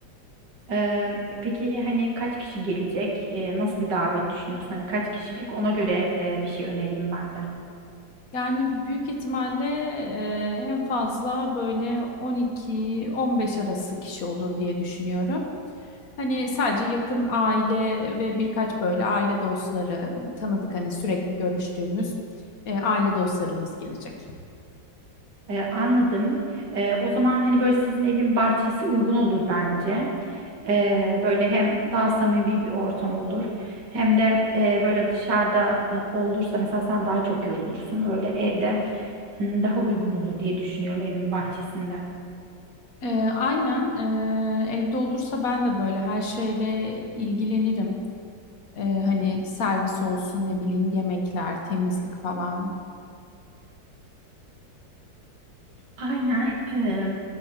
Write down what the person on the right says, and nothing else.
Ee, peki hani kaç kişi gelecek? Ee, nasıl bir davet düşünüyorsun? Hani kaç kişilik? Ona göre e, bir şey önereyim ben de.
Ee, anladım. Ee, o zaman hani böyle sizin evin bahçesi uygun olur bence. Ee, böyle hem daha samimi bir ortam olur, hem de e, böyle dışarıda e, olursa mesela sen daha çok yorulursun. Öyle evde m, daha uygun olur diye düşünüyorum evin bahçesinde.
Aynen. eee,